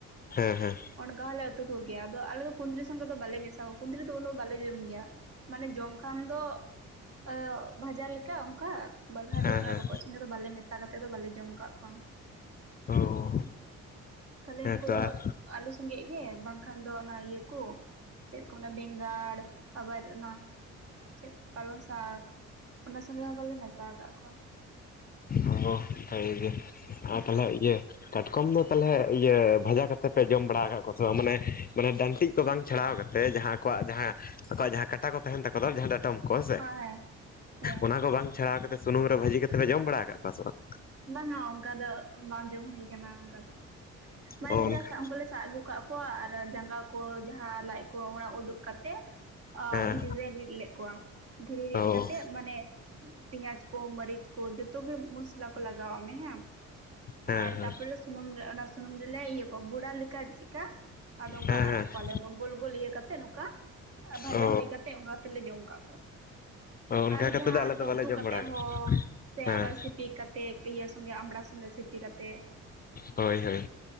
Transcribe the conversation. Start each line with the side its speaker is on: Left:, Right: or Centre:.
Left: ᱦᱮᱸ ᱦᱮᱸ᱾
Right: ᱚᱱᱠᱟ ᱦᱚᱸᱞᱮ ᱩᱛᱩ ᱠᱚ ᱜᱮᱭᱟ, ᱟᱫᱚ ᱟᱞᱮ ᱦᱚ ᱠᱩᱸᱫᱽᱨᱤ ᱥᱚᱸᱜᱮ ᱫᱚ ᱵᱟᱞᱮ ᱢᱮᱥᱟ ᱠᱩᱫᱽᱤᱨ ᱫᱚ ᱩᱱᱟᱹᱜ ᱵᱟᱞᱮ ᱡᱚᱢ ᱜᱮᱭᱟ, ᱢᱟᱱᱮ ᱡᱚᱢ ᱠᱷᱟᱱ ᱫᱚ ᱮᱹᱜ ᱵᱷᱟᱡᱟ ᱞᱮᱠᱟ ᱠᱟ ᱵᱟᱜᱷᱟ
Left: ᱦᱮᱸ
Right: ᱫᱚ ᱚᱱᱟ
Left: ᱦᱮᱸ
Right: ᱨᱚᱠᱚᱡ ᱥᱚᱸᱜᱮ ᱫᱚ ᱵᱟᱞᱮ ᱢᱮᱥᱟ ᱠᱟᱛᱮᱫ ᱫᱚ ᱵᱟᱞᱮ ᱡᱚᱢ ᱟᱠᱟᱟᱜ ᱠᱚᱣᱟ᱾
Left: ᱚ
Right: ᱠᱟᱨᱚᱱ ᱠᱷᱟᱹᱞᱤ
Left: ᱦᱮᱸ
Right: ᱩᱱᱠᱩ
Left: ᱛᱚ
Right: ᱫᱚ
Left: ᱟᱨ
Right: ᱟᱞᱩ ᱥᱚᱸᱜᱮᱜ ᱜᱮ ᱵᱟᱝᱠᱷᱟᱱ ᱫᱚ ᱚᱱᱟ ᱤᱭᱟᱹ ᱠᱚ ᱪᱮᱫ ᱠᱚ ᱢᱮᱱᱟ ᱵᱮᱸᱜᱟᱲ ᱟᱵᱟᱨ ᱚᱱᱟ ᱪᱮᱫ ᱯᱟᱞᱚᱱ ᱥᱟᱠ, ᱚᱱᱟ ᱥᱚᱸᱜᱮ ᱦᱚᱸ ᱵᱚᱞᱮ ᱢᱮᱥᱟ ᱟᱠᱟᱫ ᱠᱚᱣᱟ᱾
Left: ᱚ ᱦᱚ ᱵᱷᱟᱜᱮ ᱜᱮ
Right: ᱦᱮᱸ
Left: ᱟᱨ ᱛᱟᱞᱦᱮ ᱤᱭᱟᱹ ᱠᱟᱴᱠᱚᱢ ᱫᱚ ᱛᱟᱞᱦᱮ ᱤᱭᱟᱹ ᱵᱷᱟᱡᱟ ᱠᱟᱛᱮ ᱯᱮ ᱡᱚᱢ ᱵᱟᱲᱟ ᱟᱠᱟᱫ ᱠᱚᱣᱟ ᱥᱮ ᱵᱟᱝ? ᱢᱟᱱᱮ ᱢᱟᱱᱮ ᱰᱟᱱᱴᱤᱡ ᱛᱚ ᱵᱟᱝ ᱪᱷᱟᱲᱟᱣ ᱠᱟᱛᱮᱫ ᱡᱟᱦᱟᱸ ᱟᱠᱚᱣᱟᱜ ᱡᱟᱦᱟᱸ ᱟᱠᱚᱣᱟᱜ ᱡᱟᱦᱟᱸ ᱠᱟᱴᱟ ᱠᱚ ᱛᱟᱦᱮᱱ ᱛᱟᱠᱚ ᱫᱚ ᱡᱟᱦᱟᱸ ᱰᱟᱴᱠᱚᱢ ᱠᱚ ᱦᱮ ᱥᱮ
Right: ᱦᱮᱸ ᱦᱮᱸ
Left: ᱚᱱᱟ ᱠᱚ ᱵᱟᱝ ᱪᱷᱟᱲᱟᱣ ᱠᱟᱛᱮ ᱥᱩᱱᱩᱢ ᱨᱮ ᱵᱷᱟᱹᱡᱤ ᱠᱟᱛᱮ ᱯᱮ ᱡᱚᱢ ᱵᱟᱲᱟ ᱟᱠᱟᱫ ᱠᱚᱣᱟ ᱥᱮ ᱵᱟᱝ?
Right: ᱵᱟᱝᱼᱟ ᱚᱱᱠᱟ ᱫᱚ ᱵᱟᱝ ᱡᱚᱢ ᱦᱩᱭ ᱠᱟᱱᱟ ᱚᱱᱠᱟ ᱫᱚ᱾ ᱢᱟᱱᱮ
Left: ᱚ
Right: ᱪᱮᱫ
Left: ᱚᱱᱠᱟ
Right: ᱞᱮᱠᱟ ᱥᱟᱵ ᱩᱱᱠᱩ ᱞᱮ ᱥᱟᱵ ᱟᱹᱜᱩ ᱠᱟᱜ ᱠᱩᱣᱟ ᱟᱨ ᱡᱟᱸᱜᱟ ᱠᱚ ᱡᱟᱦᱟᱸ ᱞᱟᱡ ᱠᱚ ᱚᱱᱟ ᱩᱰᱩᱠ ᱠᱟᱛᱮ ᱟ
Left: ᱦᱮᱸ
Right: ᱫᱷᱤᱨᱤ ᱨᱮ ᱨᱤᱫ ᱞᱮᱫ ᱠᱚᱣᱟ᱾ ᱫᱷᱤᱨᱤ ᱨᱤᱫ
Left: ᱚ
Right: ᱠᱟᱛᱮᱫ ᱢᱟᱱᱮ ᱯᱮᱸᱭᱟᱡ ᱠᱚ ᱢᱟᱹᱨᱤᱪ ᱠᱚ ᱡᱚᱛᱚ ᱜᱮ ᱢᱚᱥᱞᱟ ᱠᱚ ᱞᱟᱜᱟᱣᱟᱜ ᱢᱮ ᱦᱮᱸ ᱟᱨ
Left: ᱦᱮᱸ ᱦᱮᱸ
Right: ᱛᱟᱯᱚᱨᱮ ᱥᱩᱱᱩᱢ ᱨᱮ ᱚᱱᱮ ᱥᱩᱱᱩᱢ ᱨᱮᱞᱮ ᱤᱭᱟᱹ ᱠᱚᱣᱟ ᱵᱚᱲᱟ ᱞᱮᱠᱟ ᱪᱮ ᱠᱟ ᱟᱫᱚ ᱚᱱᱠᱟ
Left: ᱦᱮᱸ
Right: ᱟᱲᱟᱜ
Left: ᱦᱮᱸ
Right: ᱠᱚᱣᱟᱞᱮ ᱚᱱᱠᱟ ᱜᱳᱞ ᱜᱳᱞ ᱤᱭᱟᱹ ᱠᱟᱛᱮ ᱱᱚᱝᱠᱟ ᱵᱷᱟᱡᱟ
Left: ᱚ
Right: ᱦᱩᱭ ᱠᱟᱛᱮᱜ ᱚᱱᱠᱟ ᱛᱮᱞᱮ ᱡᱚᱢ ᱠᱟᱜ ᱠᱚᱣᱟ᱾
Left: ᱚ ᱚᱱᱠᱟ
Right: ᱟᱨ
Left: ᱠᱟᱛᱮ
Right: ᱡᱟᱦᱟᱸ
Left: ᱫᱚ ᱟᱞᱮ
Right: ᱚᱱᱠᱟ
Left: ᱫᱚ ᱵᱟᱞᱮ
Right: ᱩᱛᱩ
Left: ᱡᱚᱢ
Right: ᱠᱟᱛᱮ
Left: ᱵᱟᱲᱟ ᱠᱟᱜᱼᱟ
Right: ᱦᱚᱸ ᱥᱮ ᱟᱵᱟᱨ
Left: ᱦᱮᱸ
Right: ᱥᱤᱯᱤ ᱠᱟᱛᱮᱜ ᱤᱭᱟᱹ ᱥᱚᱸᱜᱮ ᱟᱢᱲᱟ ᱥᱚᱸᱜᱮ ᱥᱤᱯᱤ ᱠᱟᱛᱮᱫ
Left: ᱦᱳᱭ ᱦᱳᱭ